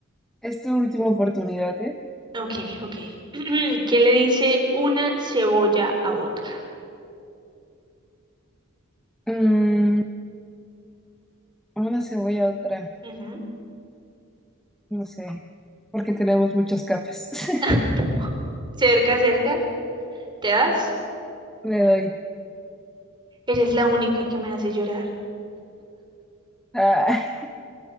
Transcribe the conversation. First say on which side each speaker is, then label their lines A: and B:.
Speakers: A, in the centre; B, on the right.
A: Es tu última oportunidad, ¿eh?
B: Ok, ok. <clears throat> ¿Qué le dice una cebolla a otra?
A: Mm, una cebolla, otra.
B: Ujú.
A: No sé, porque tenemos muchas capas. <laughs>
B: <laughs> Cerca, cerca, ¿te das?
A: Le doy.
B: Eres la única que me hace llorar.
A: Ay,